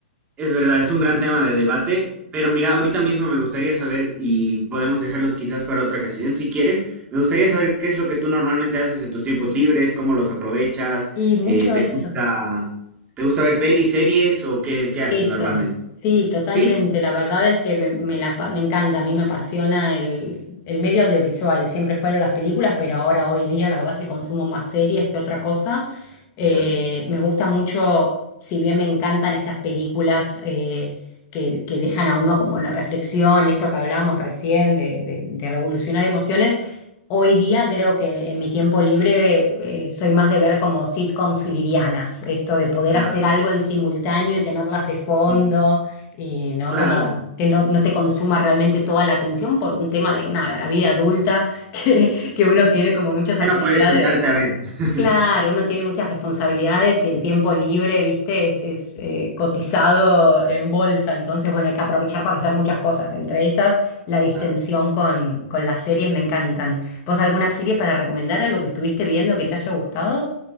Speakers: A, on the right (about 20°); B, on the left (about 35°).
A: Es verdad, es un gran tema de debate, pero mira, ahorita mismo me gustaría saber, y podemos dejarlo quizás para otra ocasión si quieres, me gustaría saber qué es lo que tú normalmente haces en tus tiempos libres, cómo los aprovechas,
B: Y mucho
A: eh, ¿te
B: eso.
A: gusta, te gusta ver pelis, series o qué, qué haces
B: Eso,
A: normalmente?
B: sí, totalmente.
A: ¿Sí?
B: La verdad es que me, me la pa- me encanta, a mí me apasiona el, el medio audiovisual. Siempre fueron las películas, pero ahora, hoy día, la verdad es que consumo más series que otra cosa. Eh,
A: Ya,
B: me gusta mucho, si bien me encantan estas películas eh, que, que dejan a uno como la reflexión y esto que hablábamos recién de, de de revolucionar emociones. Hoy día creo que en mi tiempo libre eh, soy más de ver como sitcoms livianas, esto de poder
A: ya.
B: hacer algo en simultáneo y tenerlas de fondo
A: mm,
B: y no
A: Claro,
B: como que no, no te consuma realmente toda la atención por un tema de nada, la vida adulta <laughs> que, que uno tiene como muchas actividades
A: ya no puedes sentarte a ver. <laughs>
B: Claro, uno tiene muchas responsabilidades y el tiempo libre, viste, es, es, eh, cotizado en bolsa. Entonces, bueno, hay que aprovechar para hacer muchas cosas. Entre esas, la distensión
A: Claro.
B: con, con las series me encantan. ¿Vos alguna serie para recomendar? ¿Algo que estuviste viendo que te haya gustado?